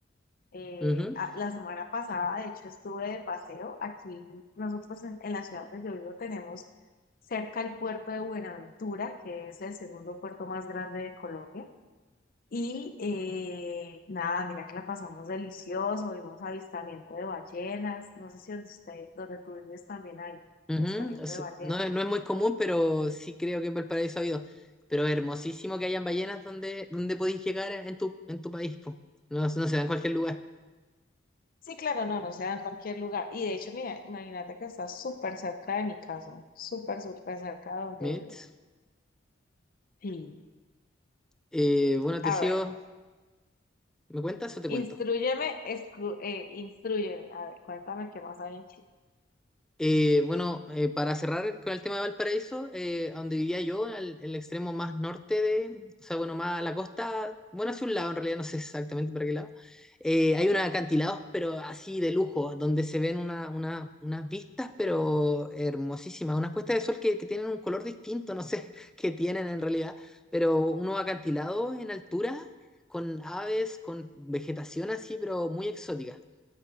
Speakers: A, on the left; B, in the centre.
A: eh,
B: Uh -huh,
A: a- la semana pasada, de hecho, estuve de paseo. Aquí nosotros en, en la ciudad donde yo vivo tenemos cerca el puerto de Buenaventura, que es el segundo puerto más grande de Colombia. Y eh, nada, mira que la pasamos delicioso, vimos avistamiento de ballenas, no sé si donde usted, donde tú vives también hay
B: es,
A: avistamiento de ballenas.
B: no, es, no es muy común, pero sí creo que en Valparaíso ha habido. Pero es hermosísimo que hayan ballenas donde, donde podéis llegar en tu, en tu país, po. No, no se da en cualquier lugar.
A: Sí, claro, no, no se da en cualquier lugar. Y de hecho, mira, imagínate que está súper cerca de mi casa, súper, súper cerca de donde
B: ¿Mitch?
A: vivo. Sí.
B: Eh, bueno, Teseo,
A: A ver,
B: ¿me cuentas o te
A: instrúyeme,
B: cuento?
A: exclu- eh, instrúyeme, a ver, cuéntame qué más hay en Chile.
B: Eh, bueno, eh, para cerrar con el tema de Valparaíso, eh, a donde vivía yo, al, el extremo más norte de, o sea, bueno, más a la costa, bueno, hacia un lado en realidad, no sé exactamente para qué lado, eh, hay unos acantilados, pero así de lujo, donde se ven una, una- unas vistas, pero hermosísimas, unas puestas de sol que, que tienen un color distinto, no sé <laughs> qué tienen en realidad, pero unos acantilados en altura, con aves, con vegetación así, pero muy exótica.